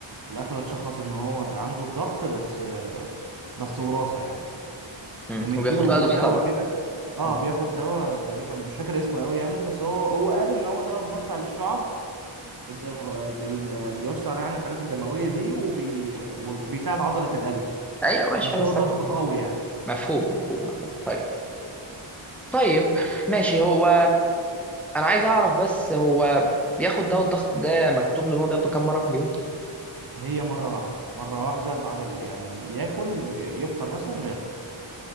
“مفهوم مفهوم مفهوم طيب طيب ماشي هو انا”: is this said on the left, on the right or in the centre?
Centre